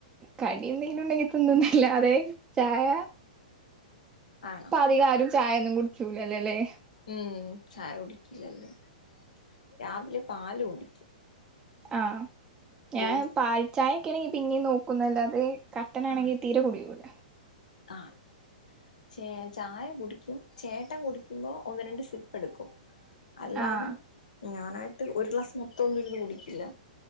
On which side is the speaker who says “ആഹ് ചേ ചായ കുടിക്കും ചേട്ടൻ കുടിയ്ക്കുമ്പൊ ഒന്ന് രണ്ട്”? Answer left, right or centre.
Left